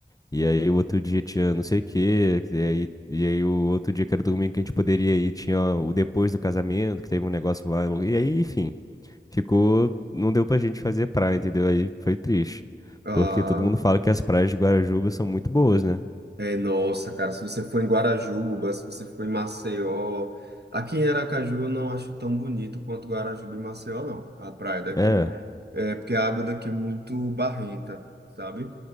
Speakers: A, on the left; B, on the right.
A: E aí o outro dia tinha não sei o quê, e aí, e aí o outro dia que era domingo que a gente poderia ir, tinha o depois do casamento, que teve um negócio lá, e aí, enfim, ficou, não deu pra gente fazer praia, entendeu? Aí foi triste,
B: Ah,
A: porque todo mundo fala que as praias de Guarajuba são muito boas, né?
B: É, nossa, cara, se você for em Guarajuba, se você for em Maceió, aqui em Aracaju eu não acho tão bonito quanto Guarajuba e Maceió, não, a praia daqui.
A: É,
B: É, porque a água daqui é muito barrenta, sabe?